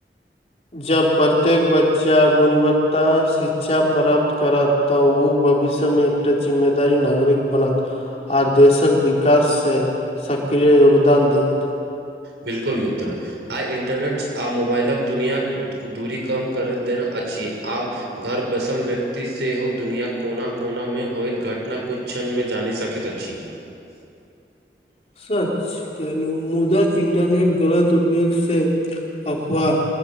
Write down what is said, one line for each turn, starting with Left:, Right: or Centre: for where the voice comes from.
Left: जब प्रत्येक बच्चा गुणवत्ता शिच्छा प्राप्त करत। तऽ उ भविष्यमे एकटा जिम्मेदारी नागरिक बनत। आ देशक विकाससँ सक्रिय योगदान देत
Right: बिल्कुल मित्र आइ इन्टरनेट आ मोबाइलक दुनिआ दूरी कम कर देन अछि आब घर बसल व्यक्ति सेहो दुनिआँ कोना कोनामे होइत घटना कुछु क्षणमे जानि सकैत अछि
Left: सच केहलू मुदा इंटरनेट गलत उपयोग से अफवाह।